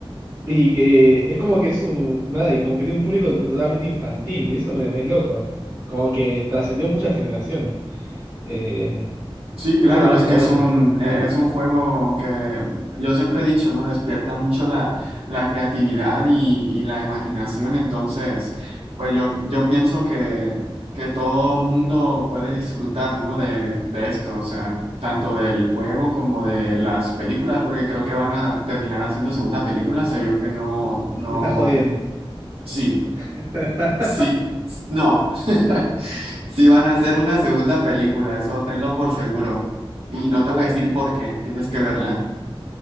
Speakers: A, on the right; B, on the right.
A: Y que es como que es un, nada, y como que tiene un público totalmente infantil, y eso me, me es loco. Como que trascendió muchas generaciones. Eh,
B: sí, claro,
A: eso también
B: es
A: está
B: que
A: bueno.
B: es un, e- es un juego que yo siempre he dicho, ¿no? Despierta mucho la, la creatividad y, y la imaginación, entonces, pues yo, yo pienso que, que todo mundo puede disfrutar, ¿no? De, de esto, o sea, tanto del juego como de las películas, porque creo que van a terminar haciendo segunda película, se vio que no,
A: No,
B: no,
A: me estás jodiendo.
B: sí,
A: <laughs>
B: sí, no. <laughs> Sí van a hacer una segunda película, eso tenlo por seguro. Y no te voy a decir por qué, tienes que verla.